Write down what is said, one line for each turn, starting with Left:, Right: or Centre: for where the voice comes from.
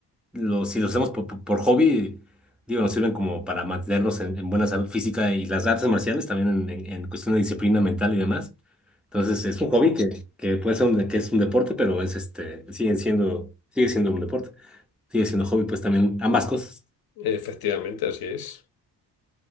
Centre: lo- si los hacemos por, por- por hobby, digo, nos sirven como para mantenernos en, en buena salud física y las artes marciales también en, en- en cuestión de disciplina mental y demás. Entonces, es un hobby que, que puede ser un, que es un deporte, pero es este, siguen siendo, sigue siendo un deporte, sigue siendo hobby, pues también ambas cosas.
Left: Efectivamente, así es.